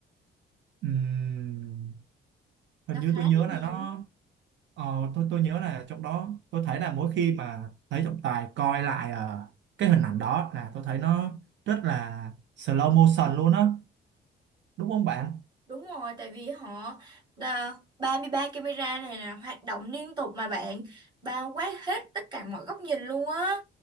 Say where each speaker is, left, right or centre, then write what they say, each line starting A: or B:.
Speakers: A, on the right; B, on the right.
A: Ừm, hình
B: nó
A: như
B: khá
A: tôi
B: là
A: nhớ là
B: nhiều
A: nó Ờ, tôi tôi nhớ là trong đó tôi thấy là mỗi khi mà thấy trọng tài coi lại ờ, cái hình ảnh đó là tôi thấy nó rất là slow motion luôn á đúng không bạn?
B: Đúng rồi, tại vì họ à, 33 camera này là hoạt động liên tục mà bạn bao quát hết tất cả mọi góc nhìn luôn á.